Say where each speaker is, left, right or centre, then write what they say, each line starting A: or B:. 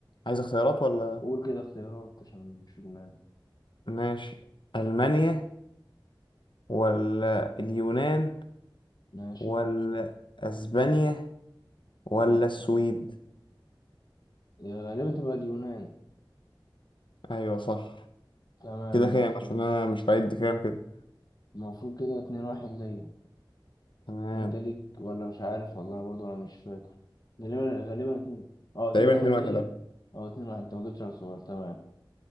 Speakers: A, on the left (about 65°); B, on the left (about 50°).
A: عايز اختيارات ولا
B: قول كده اختيارات عشان مش اليونان
A: ماشي ألمانيا ولا اليونان
B: ماشي
A: ولا أسبانيا ولا
B: لا
A: السويد
B: يا غالبا تبقى اليونان
A: أيوة صح
B: تمام
A: كده كام
B: ماشي
A: عشان أنا مش بعد كام كده
B: المفروض كده اتنين واحد ليا
A: تمام
B: انت ليك ولا مش عارف والله برضه انا مش فاكر غالبا غالبا اتنين اه
A: تقريبا
B: اتنين واحد
A: 2
B: ليا
A: 1 ده
B: اه اتنين واحد انت ما جبتش على الصغير تمام